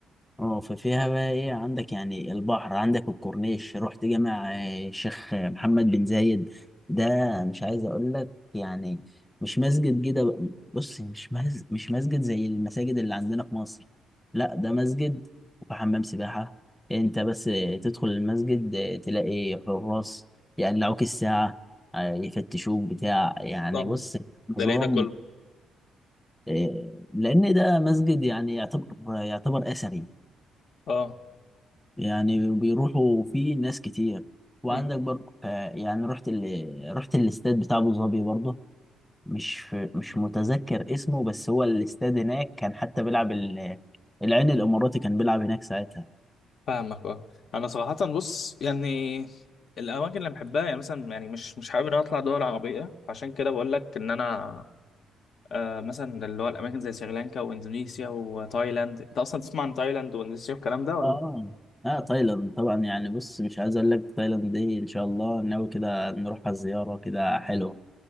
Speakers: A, in the centre; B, on the left.
A: اه ففيها بقى ايه عندك يعني البحر عندك الكورنيش رحت جامع آه، الشيخ محمد بن زايد ده مش عايز اقول لك يعني مش مسجد كده بقى- بص مش مز... مش مسجد زي المساجد اللي عندنا في مصر لا ده مسجد وحمام سباحة انت بس آه، تدخل المسجد آه، تلاقي حراس يقلعوك الساعة آه، يفتشوك بتاع يعني
B: طبعا
A: بص نظام
B: ده ليه ده كله
A: آه، لان ده مسجد يعني يعتبر يعتبر اثري
B: اه
A: يعني بيروحوا فيه ناس كتير وعندك
B: أمم،
A: برضه ف- يعني رحت ال... رحت الاستاد بتاع ابو ظبي برضه مش مش متذكر اسمه بس هو الاستاد هناك كان حتى بيلعب ال... العين الاماراتي كان بيلعب هناك ساعتها
B: فاهمك اه انا صراحه بص يعني الاماكن اللي بحبها يعني مثلا يعني مش مش حابب ان انا اطلع دول عربيه عشان كده بقول لك ان انا آه مثلا اللي هو الاماكن زي سريلانكا واندونيسيا وتايلاند انت اصلا تسمع عن تايلاند واندونيسيا والكلام ده ولا
A: اه اه تايلاند طبعا يعني بص مش عايز اقول لك تايلاند دي ان شاء الله ناوي كده نروح على الزياره كده حلو